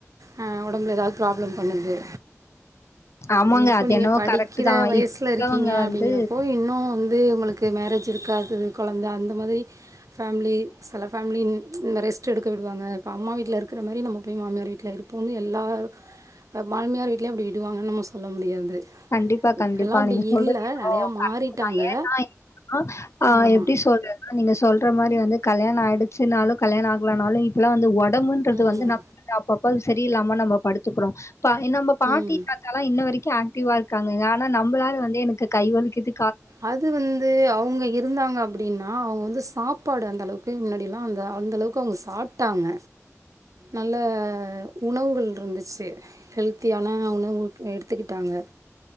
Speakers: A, on the right; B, on the left.
A: ஆ ஒடம்புல எதாது ப்ராப்ளம் பண்ணுது
B: ஆமாங்க.
A: ங்கிறப்போ
B: அது
A: நீங்க
B: என்னவோ
A: படிக்கிற
B: கரெக்ட் தான்.
A: வயஸ்ல
B: இப்ப இருக்கவங்க
A: இருக்கீங்க
B: வந்து
A: அப்டிங்கிறபோ இன்னு வந் ந்து உங்களுக்கு மேரேஜ் இருக்காது கொழந்த அந்த மாதிரி பேம்லி செல பேம்லி இந்த ரெஸ்ட் எடுக்க விடுவாங்க இப்ப அம்மா வீட்ல இருக்ற மாரி நம்ம போய் மாமியார் வீட்ல இருக் ப்போனு எல்லாரு மாமியார் வீட்லயு இப்டி விடுவாங்கனு நம்ம சொல்ல முடியாது
B: கண்டிப்பா
A: இப்போல்லாம்
B: கண்டிப்பா
A: அப்படி
B: நீங்க சொல்றது
A: இல்லை
B: ஏதோ
A: நிறையா மாறிட்டாங்க
B: க நா ஏன்னா ஆ ஆ
A: ஆமாம்
B: எப்டி சொல்லற நீங்க சொல்ற மாரி வந்து கல்யாண ஆய்டுச்சுனாலு கல்யாண ஆகலனாலு இப்பலா வந்து ஓட் உடம்புன்றது
A: ம்
B: வந்து நம்ம வந்து அப்பப்ப சரியில்லாம நம்ம படுத்துகுறோ ப்பா என்நம்ம பாட்டி
A: ம்
B: தாத்தாலா இன்ன வரைக்கு ஆக்டிவா இருக்காங்க ஆனா நம்மளால வந்து எனக்கு கைவலிக்கிது
A: அது வந் ந்து அவுங்க இருந்தாங்க அப்டினா அவுங்க வந்து சாப்பாடு அந்தளவுக்கு முன்னாடிலா அந்த அந்தளவுக் க்கவுங்க சாப்ட்டாங்க நல்ல உணவுகள் இருந்துச்சு ஹெல்தியான உணவு எடுத்துகிட்டாங்க